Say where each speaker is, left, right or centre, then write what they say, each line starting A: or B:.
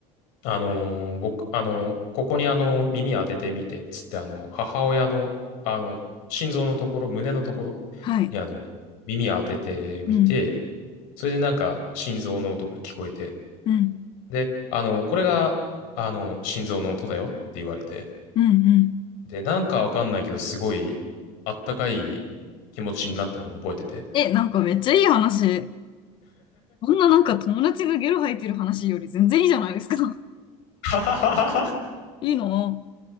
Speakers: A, on the left; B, on the left.
A: あのー僕、あのーここにあのー、耳当ててみて、つって、あの、母親の、あの、心臓のところ、胸のところ
B: はい。
A: に、あの、耳当ててみて、
B: うん。
A: それでなんか、心臓の音が聞こえて、
B: うん。
A: で、あの、これが、あの、心臓の音だよって言われて、
B: うん。うん
A: で、なんかわかんないけど、すごい、あったかい気持ちになったのを覚えてて。
B: え、なんかめっちゃいい話。こんななんか友達がゲロ吐いてる話より全然いいじゃないですか。
A: <laughs>
B: <laughs> いいの。